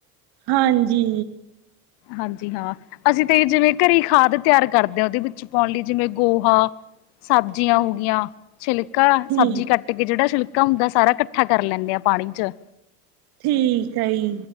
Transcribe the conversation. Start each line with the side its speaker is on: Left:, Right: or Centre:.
Right: ਹਾਂਜੀ,
Left: ਹਾਂਜੀ ਹਾਂ, ਅਸੀਂ ਤੇ ਜਿਵੇਂ ਘਰੇ ਖਾਦ ਤਿਆਰ ਕਰਦੇ ਹਾਂ, ਉਹਦੇ ਵਿੱਚ ਪਾਉਣ ਲਈ ਜਿਵੇਂ ਗੋਹਾ ਸਬਜ਼ੀਆਂ
Right: ਹਾਂ
Left: ਹੋਗਿਆਂ, ਛਿਲਕਾ
Right: ਠੀਕ
Left: ਸਬਜ਼ੀ ਕੱਟ ਕੱਟ ਕੇ ਜਿਹੜਾ ਸ਼ਿਲਕਾ ਹੁੰਦਾ, ਸਾਰਾ ਇਕੱਠਾ ਕਰ ਲੈਂਦੇ ਆ ਪਾਣੀ ਚ
Right: ਠੀਕ ਆ ਜੀ,